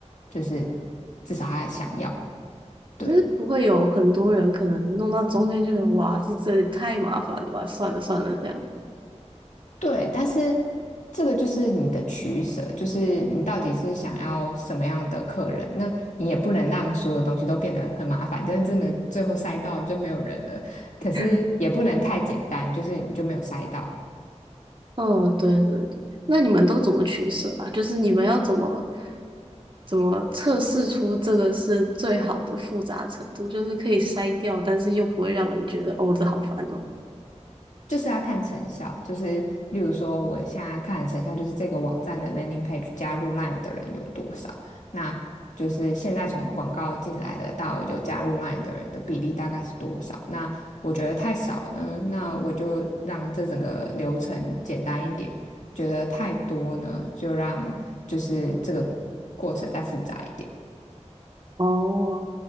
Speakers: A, on the left; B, on the right.
A: 就是至少他想要，对
B: 可是不会有很多人可能弄到中间就觉得哇，这这也太麻烦了吧？算了算了，这样。
A: 对，但是这个就是你的取舍，就是你到底是想要什么样的客人，那你也不能让所有东西都变得很麻烦，真的真的最后筛到就没有人了，可是也不能太简单，
B: <laughs>
A: 就是你就没有筛到。
B: 嗯，对对对。那你们都怎么取舍啊？就是你们要怎么怎么测试出这个是最好的复杂程度，就是可以筛掉，但是又不会让人觉得哦，这好烦哦。
A: 就是要看成效，就是例如说，我现在看的成效就是这个网站的 landing page 加入 LINE 的人有多少，那就是现在从广告进来的到有加入 LINE 的人的比例大概是多少？那我觉得太少呢，那我就让这整个流程简单一点；觉得太多呢，就让就是这个过程再复杂一点。
B: 哦，